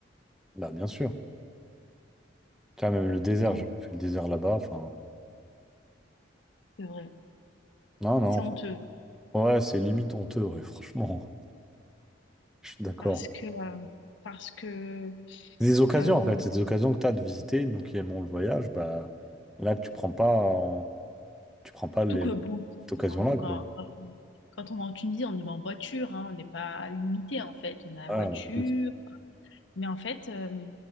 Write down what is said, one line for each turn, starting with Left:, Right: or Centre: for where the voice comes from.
Centre: Bah, bien sûr. Tu vois, même le désert,
Left: Donc,
Centre: j'ai fait le désert là-bas. Enfin,
Left: c'est vrai.
Centre: non, non.
Left: C'est
Centre: enfin,
Left: honteux.
Centre: ouais, c'est limite honteux, ouais, <laughs> franchement. Je suis d'accord.
Left: Parce que, euh, parce que,
Centre: C'est des occasions,
Left: euh,
Centre: en fait. C'est des occasions que tu as de visiter. Nous qui aimons le voyage, bah, là, tu prends pas, en- tu prends pas
Left: surtout
Centre: les...
Left: que bon,
Centre: cette occasion-là,
Left: on- quand,
Centre: quoi.
Left: quand on, quand on va en Tunisie, on y va en voiture, hein. On n'est pas limité, en fait. On a
Centre: Ah,
Left: la voiture.
Centre: en plus,
Left: Mais en fait, euh,